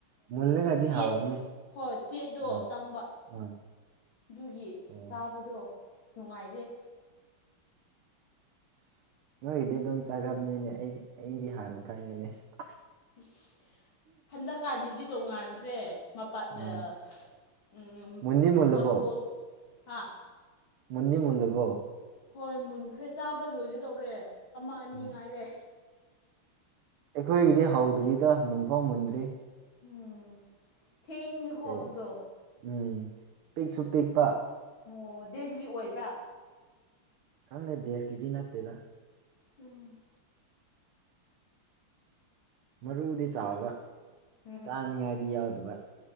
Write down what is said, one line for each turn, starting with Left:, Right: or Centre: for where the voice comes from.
Right: ꯃꯨꯜꯂꯒꯗꯤ
Left: ꯆꯦꯠ
Right: ꯍꯥꯎꯕꯅꯦ
Left: ꯍꯣꯏ ꯆꯦꯠꯇꯣ
Right: ꯑꯥ
Left: ꯆꯪꯕ꯫
Right: ꯑꯥ
Left: ꯑꯗꯨꯒꯤ
Right: ꯑꯣ
Left: ꯆꯥꯕꯗꯣ ꯅꯨꯡꯉꯥꯏꯗꯦ꯫
Right: ꯑꯁ ꯅꯣꯏꯒꯤꯗꯤ ꯑꯗꯨꯝ ꯆꯥꯒꯟꯕꯅꯤꯅꯦ ꯑꯩ-ꯑꯩꯗꯤ ꯍꯥꯟꯅ ꯈꯪꯉꯤꯅꯦ <unintelligible>
Left: ꯑꯁ ꯍꯟꯗꯛꯀꯥꯟꯗꯤꯗꯤ ꯇꯣꯡꯉꯥꯟꯈ꯭ꯔꯦ꯫ ꯃꯄꯥ <unintelligible>
Right: ꯎꯝ ꯃꯨꯟꯗꯤ ꯃꯨꯜꯂꯕꯣ
Left: ꯃꯪꯒꯣꯜ ꯍꯥꯥ
Right: ꯃꯨꯟꯗꯤ ꯃꯜꯂꯕꯣ꯫
Left: ꯍꯣꯏ ꯃꯨꯟꯈ꯭ꯔꯦ ꯆꯥꯕ ꯂꯣꯏꯒꯗꯧꯔꯦ ꯑꯃ ꯑꯅꯤ
Right: ꯎꯝ
Left: ꯉꯥꯏꯔꯦ꯫
Right: ꯑꯩꯈꯣꯏꯒꯤꯗꯤ ꯍꯧꯗ꯭ꯔꯤꯗ ꯃꯨꯟꯐꯥꯎ ꯃꯨꯟꯗ꯭ꯔꯤ꯫
Left: ꯎꯝ <unintelligible> ꯀꯣ
Right: ꯀꯩ
Left: ꯑꯗꯨꯗꯣ
Right: ꯎꯝ ꯄꯤꯛꯁꯨ ꯄꯤꯛꯄ
Left: ꯑꯣ ꯗꯦꯁꯒꯤ ꯑꯣꯏꯕ꯭ꯔꯥ?
Right: ꯈꯪꯗꯦ ꯗꯦꯁꯀꯤꯗꯤ ꯅꯠꯇꯦꯗ꯫
Left: ꯎꯝ꯫
Right: ꯃꯔꯨꯗꯤ ꯆꯥꯎꯕ
Left: ꯎꯝ
Right: ꯆꯥꯅꯤꯉꯥꯏꯗꯤ ꯌꯥꯎꯗꯕ꯫